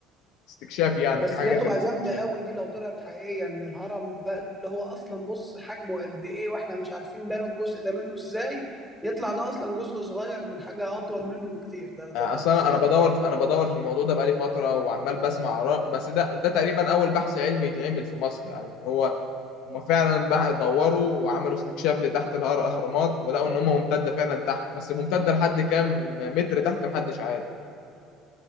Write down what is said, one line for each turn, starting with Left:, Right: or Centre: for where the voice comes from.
Left: استكشاف يعني
Centre: بس
Left: كحاجه
Centre: دي هتبقى
Left: كان استكشاف
Centre: جامدة قوي دي لو طلعت حقيقية ان الهرم ده اللي هو اصلا بص حجمه قد ايه واحنا مش عارفين بنوا الجزء ده منه ازاي يطلع ده اصلا جزء صغير من حاجة اطول منه بكتير ده ده
Left: آه،
Centre: ده
Left: اصلا
Centre: فظيع
Left: انا بدور
Centre: ده
Left: في... انا بدور في الموضوع ده بقالي فتره وعمال بسمع اراء بس ده ده تقريبا اول بحث علمي يتعمل في مصر يعني ان هو هما فعلا بقى دوروا وعملوا استكشاف لتحت الاهرامات ولقوا ان هما ممتده فعلا تحت بس ممتده لحد كام متر تحت محدش عارف